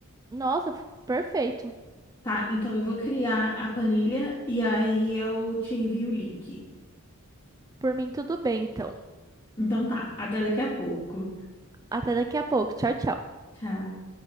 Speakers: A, on the right (about 15°); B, on the left (about 25°).
A: Nossa, f- perfeito.
B: Tá, então eu vou criar a planilha e aí eu te envio o link.
A: Por mim, tudo bem, então.
B: Então tá, até daqui a pouco.
A: Até daqui a pouco. Tchau, tchau.
B: Tchau.